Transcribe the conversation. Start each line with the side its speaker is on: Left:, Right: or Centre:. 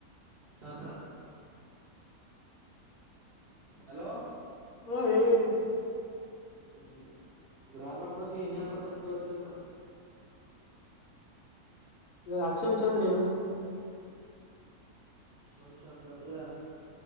Right: ಹಾ ಸರ್ ಹಲೋ
Left: ಹಾ ಹೇಳಿ
Right: ಹ್ಮ್ ಗ್ರಾಹಕ ಬಗ್ಗೆ ಇನ್ಯಾವಕಸ ಕೇಳ್ತರಿ ಸರ್
Left: ಇವಾಗ ಅಕ್ಷಂ ಚಂದ್ರ ನು
Right: ಶಮಸ್ ಅಂತಂದ್ರೆ